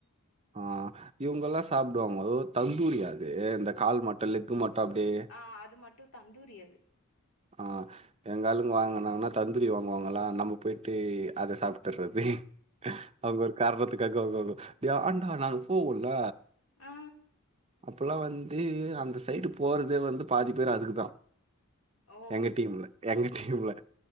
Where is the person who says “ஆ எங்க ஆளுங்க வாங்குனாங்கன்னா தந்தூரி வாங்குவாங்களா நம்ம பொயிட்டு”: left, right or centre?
Right